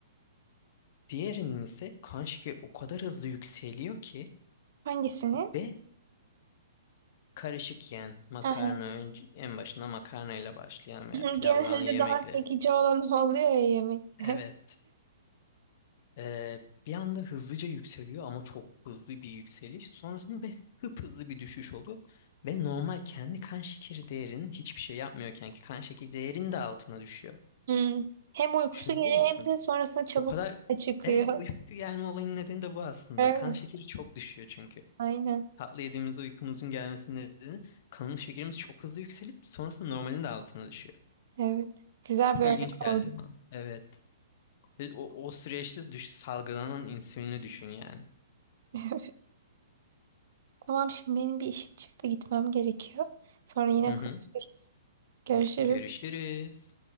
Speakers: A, on the left; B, on the right.
A: Diğerinin ise kan şekeri o kadar hızlı yükseliyor ki
B: Hangisini?
A: ve Karışık yiyen, makarna
B: Hı hı.
A: önce, en başında makarnayla başlayan
B: <laughs>
A: veya pilavla
B: Genelde
A: yemekle.
B: daha çekici olan <laughs> o oluyor ya yemekte.
A: Evet.
B: <laughs>
A: Ee, bir anda hızlıca yükseliyor ama çok hızlı bir yükseliş. Sonrasında ve hızlı bir düşüş oluyor. Ve normal kendi kan şekeri değerinin hiçbir şey yapmıyorken ki kan şekeri değerinin de altına düşüyor.
B: Hmm. Hem uykusu
A: Şunu
B: geliyor
A: biliyor musun?
B: hem de sonrasında çabuk
A: O kadar...
B: <laughs> çıkıyor.
A: Evet bu uyku gelme olayının nedeni de bu aslında.
B: Evet,
A: Kan şekeri çok düşüyor çünkü.
B: aynen.
A: Tatlı yediğimizde uykumuzun gelmesinin nedeni kanın şekerimiz çok hızlı yükselip sonrasında normalin de altına düşüyor.
B: Evet. Güzel
A: Çok
B: bir örnek
A: ilginç geldi
B: oldu.
A: bana. Evet. Ve O, o süreçte düş, salgılanan insülini düşün yani.
B: <laughs> Tamam, şimdi benim bir işim çıktı, gitmem gerekiyor. Sonra yine
A: Hı
B: konuşuruz.
A: hı.
B: Görüşürüz.
A: Görüşürüz.